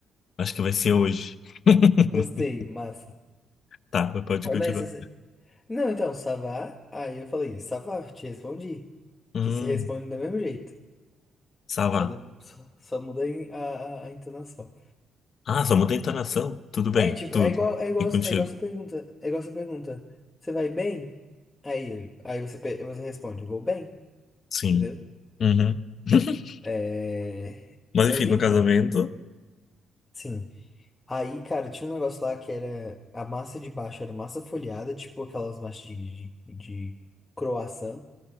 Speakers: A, on the left; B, on the left.
A: Acho que vai ser hoje. <laughs>
B: Gostei, massa.
A: Tá, mas pode continuar.
B: Mas Não, então, Savá. Aí eu falei, Savá, te respondi.
A: Hum,
B: Que se responde do mesmo jeito.
A: Savá.
B: Só, da- só, só muda em- a, a, a entonação.
A: Ah, só muda a entonação? Tudo bem,
B: É, tipo,
A: tudo.
B: é igual, é igual,
A: E contigo?
B: é igual essa pergunta. É igual essa pergunta. Você vai bem? Aí, eu- aí você, pe- você responde, vou bem,
A: Sim.
B: entendeu?
A: Uhum. <laughs>
B: É...
A: Mas
B: Mas
A: enfim, no
B: enfim,
A: casamento.
B: sim. Aí, cara, tinha um negócio lá que era a massa de baixo, era massa folhada, tipo aquelas massas de, de, de croissant.